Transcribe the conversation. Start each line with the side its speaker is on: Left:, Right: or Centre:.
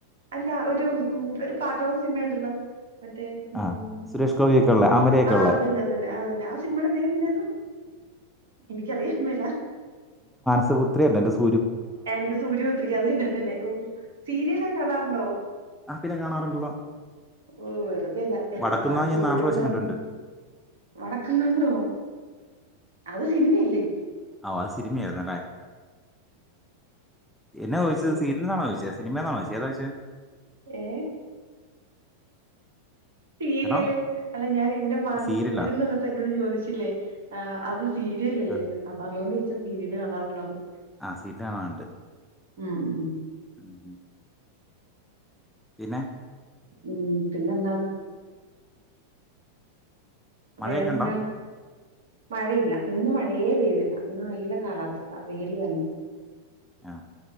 Right: അല്ല ഒരു മം ഒരു പാട്ടോള സിനിമയുണ്ടല്ലോ? മറ്റേ മം
Centre: ആഹ് സുരേഷ് ഗോപിയൊക്കെ
Right: ഓ
Centre: ഉള്ള അമലയൊക്കെ
Right: അതെന്നെ
Centre: ഉള്ള
Right: അതെന്നെ അതെന്നെ ആ സിനിമയുടെ പേരെന്തായിരുന്നു? എനിക്കറിയാൻ മേല
Centre: <unintelligible> പുത്രി അല്ല സു
Right: എന്റെ സൂര്യ പുത്രിക്ക്, അതെന്നെ അതെന്നെ ഓ സീരില് കാണാറുണ്ടോ?
Centre: ആപ്പിനെ കാണാറുണ്ടല്ലോ?
Right: ഓ വെറുതെല്ല എന്റെ
Centre: വടക്കുന്നാവ്
Right: മാനസപുത്രിക്ക്ന്ന്
Centre: ഞാൻ നാല് പ്രാവശ്യം
Right: പറഞ്ഞപ്പോ
Centre: കണ്ടിട്ടുണ്ട്
Right: വടക്കും നാഥനോ അത് സിനിമയില്ലേ?
Centre: ഓആ അത് സിനിമായിരുന്നുലെ? എന്നാ
Right: ഉം
Centre: ചോദിച്ചത്
Right: ഉം
Centre: സീരിലാണോ ചോദിച്ചത്? സിനിമെന്നാണോ ചോദിച്ചേ, ഏതാചോയിച്ചേ?
Right: ഏ സീരിയല്
Centre: ഹലോ
Right: അല്ല ഞാൻ എന്റെ മാനസപുത്രീന്ന്
Centre: സീരിയലാ
Right: എന്നോട് ചോദിച്ചില്ലേ? ആ അത് സീരിയലല്ലെന്ന്‌
Centre: ആഹ്
Right: അപ്പൊ അതോണ്ട് ചോയ്ച്ച സീരിയൽ കാണാറുണ്ടോന്ന്.
Centre: ആ സീരീൽ കാണാർണ്ട്.
Right: മ് മ്മം.
Centre: <inaudible> പിന്നെ
Right: മം പിന്നെ എന്താണ്?
Centre: മഴയൊക്കെ
Right: വേറെന്താണ്
Centre: ഉണ്ടോ
Right: മഴയില്ല ഇന്ന് മഴയേ പെയ്തില്ല. ഇന്ന് നല്ല കാലാവസ്ഥ വെയിൽ തന്നെ.
Centre: ആ